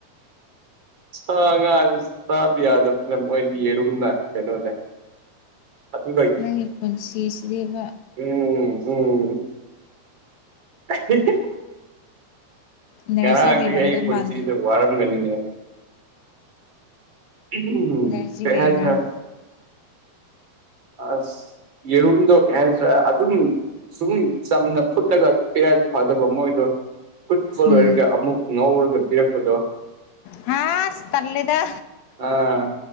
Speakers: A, on the right; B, on the left.
A: ꯁꯥ ꯉꯥꯁꯨ ꯆꯥꯕ ꯌꯥꯗꯕꯅꯤꯅ ꯃꯣꯏꯗꯤ ꯌꯦꯔꯨꯝꯅ ꯀꯩꯅꯣꯅꯦ ꯑꯗꯨꯒ
B: ꯅꯪꯒꯤ ꯄꯨꯟꯁꯤꯁꯤꯗꯤꯕ
A: ꯎꯝ ꯎꯝ <inaudible>
B: ꯏꯅꯔꯖꯤ
A: ꯉꯔꯥꯡꯗꯒꯤ
B: ꯂꯩꯔꯝꯗꯧ
A: ꯑꯩ ꯄꯨꯟꯁꯤꯁꯦ
B: ꯃꯥꯟꯗꯦ
A: ꯋꯥꯔꯝꯒꯅꯤꯅꯦ <unintelligible>
B: ꯏꯅꯔꯖꯤ ꯂꯩꯔꯔꯣꯏ
A: ꯑꯁ ꯌꯦꯔꯨꯝꯗꯣ ꯀꯩ ꯍꯥꯏꯁꯦꯔꯥꯥ ꯑꯗꯨꯝ ꯁꯨꯝ ꯆꯝꯅ ꯐꯨꯠꯂꯒ ꯑꯗꯨꯝ ꯄꯤꯔꯛꯑꯗꯤ ꯐꯒꯗꯕ ꯃꯣꯏꯗꯣ ꯐꯨꯠꯄ
B: ꯎꯝ
A: ꯂꯣꯏꯔꯒ ꯑꯃꯨꯛ ꯉꯧꯔꯒ ꯄꯤꯔꯛꯄꯗꯣ
B: ꯍꯥꯁ ꯇꯜꯂꯦꯗꯥ
A: ꯑꯥ